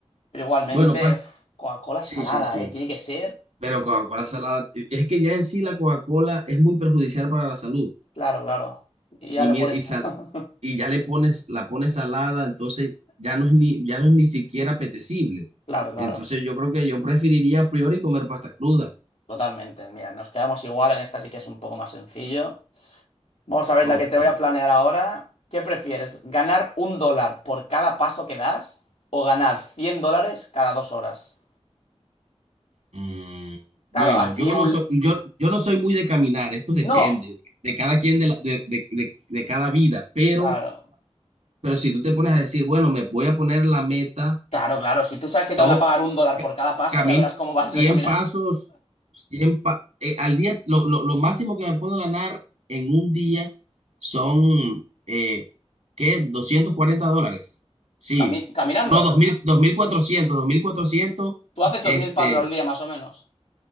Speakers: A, on the left; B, on the right.
A: Pero igualmente,
B: bueno, pasta,
A: uf, Coca-Cola salada,
B: sí, sí, sí.
A: ¿eh? Tiene que ser.
B: Pero Coca-Cola salada, es que ya en sí la Coca-Cola es muy perjudicial para la salud.
A: Claro, claro. Y ya
B: y,
A: le
B: mira
A: pones.
B: y, sal-
A: <laughs>
B: y ya le pones, la pones salada, entonces ya no es ni, ya no es ni siquiera apetecible.
A: Claro, claro.
B: Entonces yo creo que yo preferiría a priori comer pasta cruda.
A: Totalmente. Mira, nos quedamos igual. En esta sí que es un poco más sencillo. Vamos a ver
B: Ok.
A: la que te voy a planear ahora. ¿Qué prefieres? ¿Ganar un dólar por cada paso que das o ganar 100 dólares cada dos horas?
B: Mm,
A: Claro,
B: bueno,
A: aquí
B: yo
A: un...
B: no soy, yo, yo no soy muy de caminar, esto depende
A: ¡No!
B: de cada quien de, la- de, de, de, de cada vida, pero,
A: Claro,
B: pero si tú te pones a decir, bueno, me voy a poner la meta.
A: claro, claro. Si tú sabes que te
B: Yo
A: van a pagar un dólar
B: ca-
A: por cada paso,
B: camino
A: ya verás cómo <laughs> vas
B: 100
A: de caminar.
B: pasos, cien pa- eh, al día, lo, lo- lo máximo que me puedo ganar en un día son, eh, ¿qué? doscientos cuarenta dólares. Sí,
A: Cami- caminando.
B: no, dos dos mil dos mil cuatrocientos dos mil cuatrocientos
A: Tú haces 2.000
B: este,
A: pasos al día más o menos.